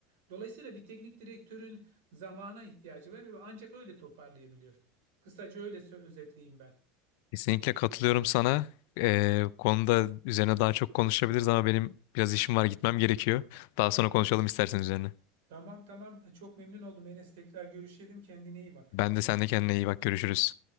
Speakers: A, on the right; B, on the left.
A: Dolayısıyla bir teknik direktörün zamana ihtiyacı var ve ancak öyle toparlayabiliyor. Kısaca öyle sö- özetleyeyim ben.
B: Kesinlikle katılıyorum sana. Ee, konuda üzerine daha çok konuşabiliriz ama benim biraz işim var gitmem gerekiyor. Daha sonra konuşalım istersen üzerine.
A: Tamam tamam çok memnun oldum Enes. Tekrar görüşelim. Kendine iyi bak.
B: Ben de sen de kendine iyi bak görüşürüz.